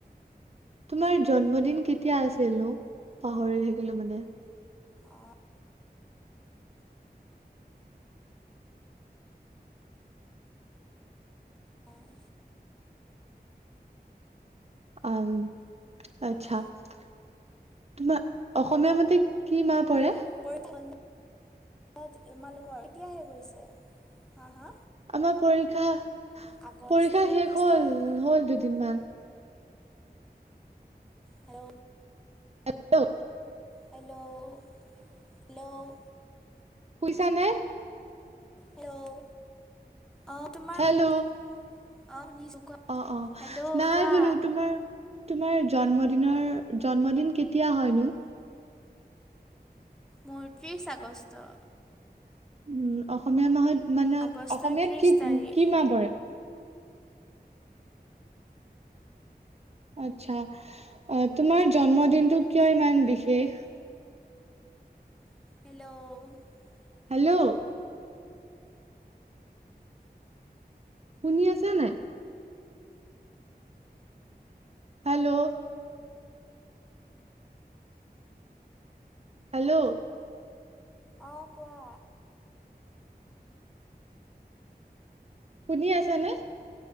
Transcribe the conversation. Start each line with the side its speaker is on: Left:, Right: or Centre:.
Right: তোমাৰ জন্মদিন কেতিয়া আছিল নো পাহৰি থাকিলো মানে?
Centre: অঁ <inaudible>
Right: অম <inaudible> আচ্ছা-তোমাৰ
Centre: তাকেতো
Right: <inaudible> অসমীয়া মতে কি মাহ পৰে?
Centre: <unintelligible> তোমালোকৰ এতিয়াহে শেষ হৈছে? হা হা
Right: আমাৰ পৰীক্ষা-
Centre: আগষ্টৰ
Right: পৰীক্ষা শেষ
Centre: ত্ৰিছ
Right: হল
Centre: তাৰিখে
Right: - হল দুদিনমান।
Centre: হেল্ল',
Right: <unintelligible>
Centre: হেল্ল', হেল্ল',
Right: শুইছা নে?
Centre: হেল্ল', অহ, তোমাৰ
Right: হেল্ল'
Centre: মাতটো <unintelligible> অহ শুনিছো।
Right: অ অ
Centre: হেল্ল',
Right: নাই
Centre: কোৱা?
Right: বোলো তোমাৰ তোমাৰ জন্মদিনৰ, জন্মদিন কেতিয়া হয়নো?
Centre: মোৰ ত্ৰিছ আগষ্ট।
Right: উম, অসমীয়া মাহ মানে
Centre: আগষ্টৰ
Right: অসমীয়াত
Centre: ত্ৰিছ
Right: কি-কি
Centre: তাৰিখ
Right: মাহ পৰে? আতছা। অহ, তোমাৰ জন্মদিনটো কিয় ইমান বিশেষ?
Centre: হেল্ল',
Right: হেল্ল', শুনি আছা নাই? হেল্ল', হেল্ল',
Centre: অহ, কোৱা?
Right: শুনি আছা নে?